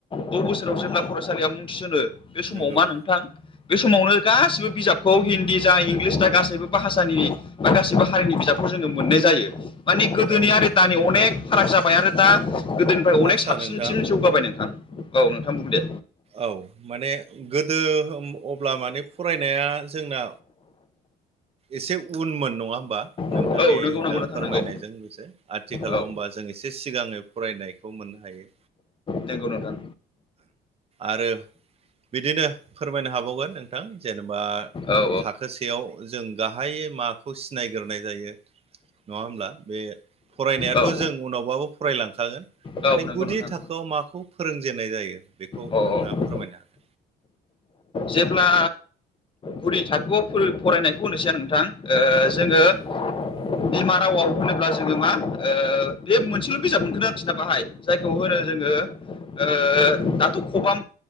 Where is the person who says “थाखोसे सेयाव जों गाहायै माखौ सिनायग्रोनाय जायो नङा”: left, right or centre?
Right